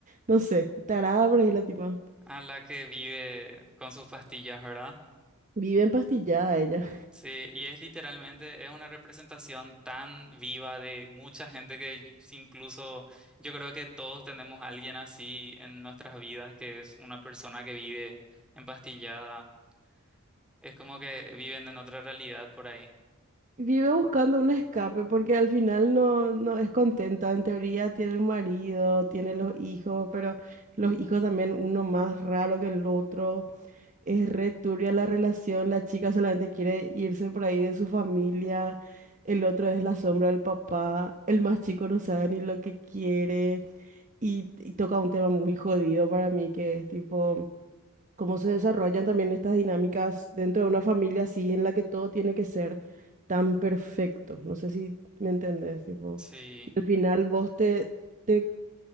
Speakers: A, on the right (about 35°); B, in the centre.
A: no sé, tarada, pero es la tipa.
B: A la que vive con sus pastillas, ¿verdad?
A: Vive empastillada ella.
B: Sí, y es literalmente, es una representación tan viva de mucha gente que y- si incluso yo creo que todos tenemos a alguien así en nuestras vidas, que es una persona que vive empastillada Es como que viven en otra realidad por ahí.
A: Vive buscando un escape porque al final no, no es contenta. En teoría tiene un marido, tiene los hijos, pero los hijos también uno más raro que el otro. Es re turbia la relación, la chica solamente quiere irse por ahí de su familia, el otro es la sombra del papá, el más chico no sabe ni lo que quiere y, y toca un tema muy jodido para mí que es tipo cómo se desarrollan también estas dinámicas dentro de una familia así en la que todo tiene que ser tan perfecto. No sé si me entendés, tipo,
B: Sí,
A: y al final vos te, te